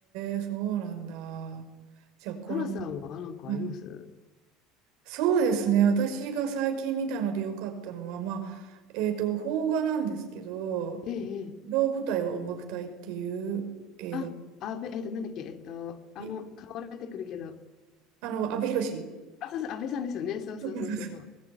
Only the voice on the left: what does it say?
花さんはなんかあります
ええ、え
あ、安倍、えっと、なんだっけ、えっと、あの、
顔出てくるけど、
あ、そうそう、安倍さんですよね。そうそうそうそうそう。